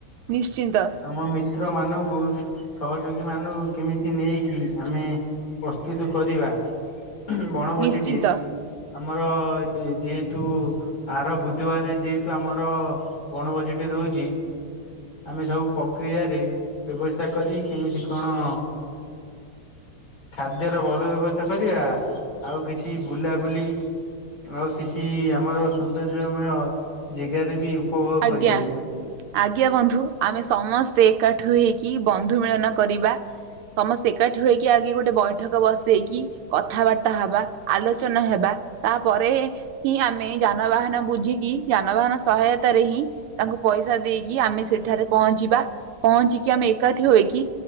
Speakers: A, on the right; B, on the left.
A: ନିଶ୍ଚିନ୍ତ।
B: ଆମ ମିତ୍ରମାନଙ୍କୁ ସହଯୋଗୀମାନାନଙ୍କୁ କେମିତି ନେଇକି ଆମେ ପ୍ରସ୍ତୁତ କରିବା ବଣଭୋଜିଟି।
A: ନିଶ୍ଚିନ୍ତ
B: ଆମର ଯେହେତୁ ଆର ବୁଧବାରେ ଯେହେତୁ ଆମର ବଣଭୋଜି ଟି ରହୁଛି। ଆମେ ସବୁ ପ୍ରକ୍ରିୟାରେ ବ୍ୟବସ୍ଥା କରି କେମିତି କଣ। ଖାଦ୍ୟର ଭଲ ବ୍ୟବସ୍ଥା କରିବା ଆଉ କିଛି ବୁଲାବୁଲି ଆଉ କିଛି ଆମର ସୌନ୍ଦର୍ଯ୍ୟମୟ ଜେଗାରେ ବି ଉପଭୋଗ
A: ଆଜ୍ଞା।
B: କରିପାରିବା
A: ଆଜ୍ଞା ବନ୍ଧୁ ଆମେ ସମସ୍ତେ ଏକାଠ ହେଇକି ବନ୍ଧୁ ମିଳନ କରିବା। ସମସ୍ତେ ଏକାଠି ହୋଇକି ଆଗେ ଗୋଟେ ବୈଠକ ବସେଇକି କଥାବାର୍ତ୍ତା ହବା ଆଲୋଚନା ହେବା ତାପରେ ହିଁ ଆମେ ଯାନବାହାନ ବୁଝିକି ଯାନବାହାନ ସହାୟତ ତାରେ ହିଁ ତାଙ୍କୁ ପଇସା ଦେଇକି ଆମେ ସେଠାରେ ପହଞ୍ଚିବା। ପହଞ୍ଚ କିି ଆମେ ଏକାଠି ହୋଇ କି